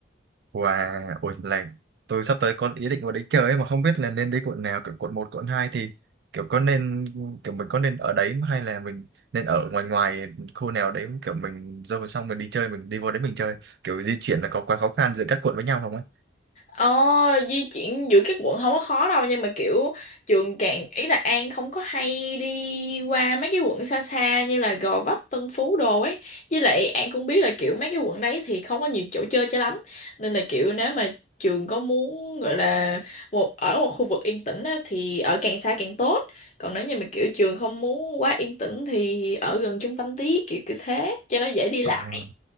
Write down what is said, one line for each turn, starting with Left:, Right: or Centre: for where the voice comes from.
Right: Wow, ôi là tôi sắp tới có ý định vào đấy chơi ấy mà không biết là nên đi quận nào Kiểu quận một, quận 2 thì kiểu có nên kiểu mình có nên ở đấy hay là mình nên ở ngoài ngoài khu nào đấy kiểu mình rồi xong mình đi chơi mình đi vô đấy mình chơi kiểu di chuyển là có quá khó khăn giữa các quận với nhau không ấy
Left: Ờ, di chuyển giữa các quận không có khó đâu nhưng mà kiểu trường càng ý là An không có hay đi qua mấy cái quận xa xa như là Gò Vấp, Tân Phú đồ ấy với lại An cũng biết là kiểu mấy cái quận đấy thì không có nhiều chỗ chơi cho lắm nên là kiểu nếu mà trường có muốn gọi là một ở một khu vực yên tĩnh á, thì ở càng xa càng tốt còn nếu như mà kiểu trường không muốn quá yên tĩnh thì ở gần trung tâm tí kiểu kiểu thế cho nó dễ đi lại
Right: Ờ,